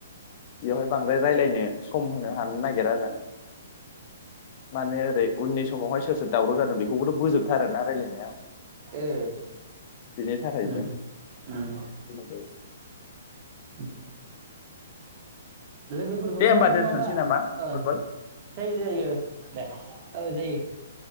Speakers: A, on the left (about 45°); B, on the right (about 40°).
A: बेवहाय बांद्राय रायलायनो सम होनो हानो नागिरा आर माने ओरै उननि समावहाय सोस दावराव जादों बेखौबोथ बोजोबथारोना रायलायनायाव।
B: ओ
A: बेनि थाखायबो
B: उम उम
A: दे
B: उम लोगोफोरखौनो
A: होमबा दोनथ'नोसै
B: माबा
A: नामा
B: ओ
A: उरबल
B: जायो जायो दे ओ जायो।